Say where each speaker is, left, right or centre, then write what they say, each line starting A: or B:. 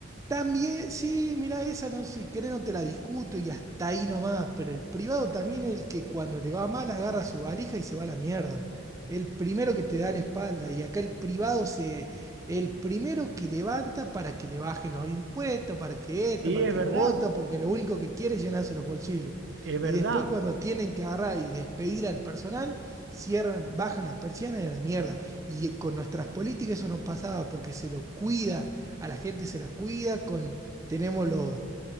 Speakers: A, on the right (about 15°); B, on the right (about 60°).
A: También, sí, mira, esa no si querés no te la discuto y hasta ahí nomás, pero el privado también es el que cuando le va mal agarra su valija y se va a la mierda. El primero que te da la espalda y acá el privado se, el primero que levanta para que le bajen los impuestos, para que esto,
B: Sí,
A: para
B: es
A: que
B: verdad,
A: lo otro, porque lo único que quiere es llenarse los bolsillos.
B: es verdad.
A: Y después cuando tienen que agarrar y despedir al personal, cierran, bajan la persiana y a la mierda. Y eh, con nuestras políticas eso no pasaba porque se lo cuida, a la gente se la cuida, con, tenemos los,